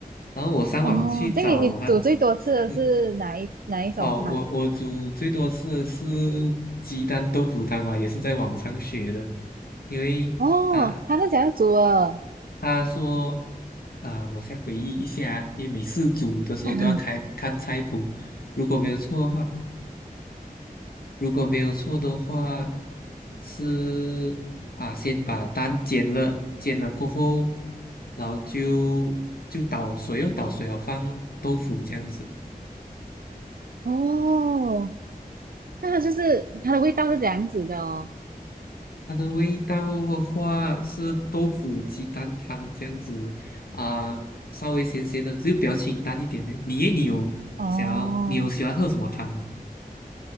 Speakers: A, on the left; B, on the right.
A: 然后我上网去找它，
B: 哦，这样你你煮最多次的是哪一哪一种汤？
A: 嗯，哦，我我煮最多吃的是鸡蛋豆腐汤嘛，也是在网上学的，因为。
B: 哦，
A: 啊，
B: 它是怎样煮的？
A: 他说啊、我先回忆一下，因为每次煮的时候都要看看菜谱，
B: <laughs>
A: 如果没有错的话，如果没有错的话是啊，先把蛋煎了，煎了过后，然后就就倒水哦，倒水哦，放豆腐这样子。
B: 哦，那它就是它的味道是这样子的哦。
A: 它的味道的话是豆腐鸡蛋汤这样子啊、稍微咸咸的，就比较清淡一点的。你耶你有想要，
B: 哦，
A: 你有喜欢喝什么汤吗？